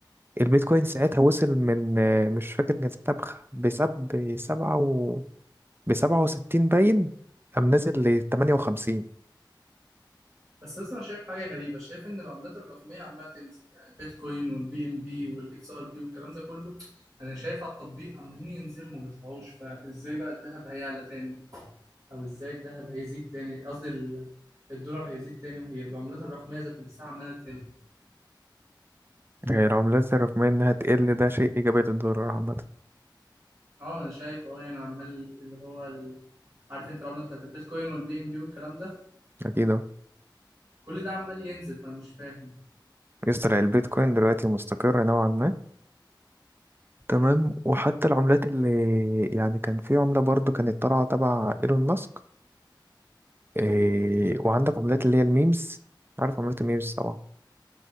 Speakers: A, on the right; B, on the right.
A: البيتكوين ساعتها وصل من آه، مش فاكر كان ساعتها بخ- بسب بسبعة و بسبعة وستين باين قام نازل لتمانية وخمسين
B: بس لسه أنا شايف حاجة غريبة شايف إن العملات الرقمية عمالة تنزل يعني البيتكوين والبي إم بي والإكس آر بي والكلام ده كله أنا شايف على التطبيق عمالين ينزلوا ما بيطلعوش فإزاي بقى الذهب هيعلى تاني؟ او ازاي الذهب هيزيد تاني قصدي ال- الدولار هيزيد تاني وهي العملات الرقميه ذات نفسها عماله تقل
A: هي العملات الرقمية إنها تقل ده شيء إيجابي للدولار عامة
B: اه ما انا شايف اه يعني عمال اللي هو ال... عارف انت العمله بتاعت البيتكوين والبي ام بي والكلام ده
A: أكيد أه
B: كل ده عمال ينزل فانا مش فاهم
A: يسطا البيتكوين دلوقتي مستقر نوعا ما تمام
B: امم
A: وحتى العملات اللي يعني كان في عملة برضو كانت طالعة تبع إيلون ماسك إيه وعندك عملات اللي هي الميمز عارف عملات الميمز طبعا